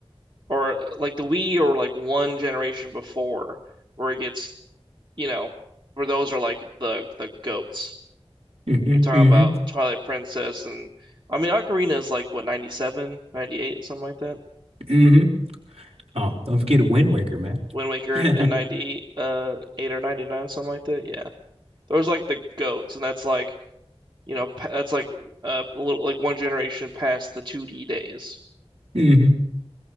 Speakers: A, on the right (about 45°); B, on the right (about 75°).
A: or like the Wii or like one generation before where it gets you know, where those are like the the goats.
B: hmm
A: You're talking
B: hmm
A: about Twilight Princess and I mean Ocarina is like what 97, 98, something like that.
B: hmm Oh, don't forget Wind Waker, man.
A: Wind Waker
B: <laughs>
A: in in 90 uh 8 or 99, something like that. Yeah. Those are like the goats and that's like, you know, pa- that's like uh, a little like one generation past the 2D days.
B: hmm